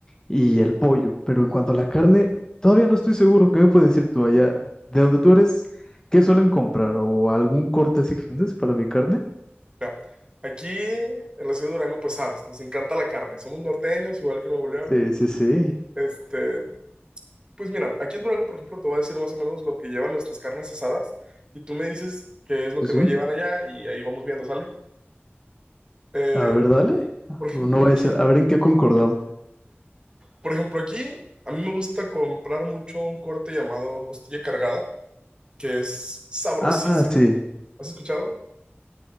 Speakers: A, on the left; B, on the right.
A: y el pollo. Pero en cuanto a la carne, todavía no estoy seguro. ¿Qué me puedes decir tú allá? ¿De donde tú eres? ¿Qué suelen comprar? ¿O algún corte así que vendes para mi carne?
B: Mira, Aquí en la ciudad de Durango, pues sabes, nos encanta la carne. Somos norteños, igual que Nuevo León.
A: Sí, sí, sí.
B: Este, pues mira, aquí en Durango, por ejemplo, te voy a decir más o menos lo que llevan nuestras carnes asadas y tú me dices qué es lo
A: Sí,
B: que
A: sí.
B: no llevan allá y ahí vamos viendo, ¿sale? Eh,
A: A ver, dale.
B: por ejemplo,
A: No voy
B: aquí
A: a decir, a ver en qué concordamos.
B: Por ejemplo, aquí a mí me gusta comprar mucho un corte llamado costilla cargada, que es sabrosísimo.
A: Ah, sí.
B: ¿Has escuchado?